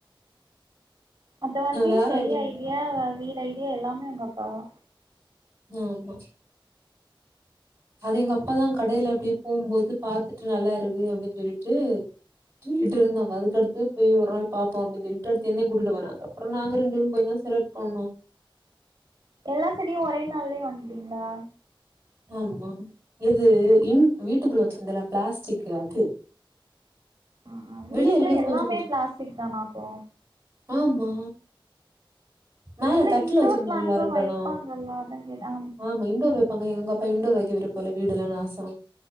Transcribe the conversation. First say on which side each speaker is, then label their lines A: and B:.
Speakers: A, on the right; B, on the right.
A: அது மாதிரி
B: வேற
A: செடி
B: எல்லா
A: ஐடியா வீடு ஐடியா எல்லாமே உங்க அப்பாதா
B: ஆமா அது எங்க அப்பாதா கடையில அப்டியே போம்போது பாத்துுட்டு நல்லா இருக்கு அப்டின்னு சொல்லிட்டு தூங்கிட்டு இருந்தாங்க அதுக்கு அடுத்து போய் ஒரு நாள் பாப்போ அப்டின்னு சொல்லிட்டு அடுத்து என்ன கூட்டிட்டு போனாங்க அப்றோ நாங்க ரெண்டு பேர் போய் தா செலக்ட் பண்ணோ
A: எல்லா செடியு ஒரே நாலேயே வாங்கிட்டீங்களா
B: ஆமா இது இன் வீட்டுக்குள்ள வச்சிருந்தல பிளாஸ்டிக்கு அது
A: ஆ வீட்டுக்குள்ள
B: வெளிய இருக்கறது
A: எல்லாமே
B: கொஞ்சோ கொஞ்சோ
A: பிளாஸ்டிக் தானா அப்போ
B: ஆமா மேல
A: இல்ல
B: தட்டல
A: இன்டோர்
B: வச்சிருந்தல்லா
A: பிளான்ட்ஸு
B: ரெண்டான
A: வைப்பாங்கல்ல அதா கேட்ட
B: ஆமா இன்னொரு பங்கு எங்க பிரண்ட் டோர் வைக்க விருப்போ இல்ல வீடுலா நாசோ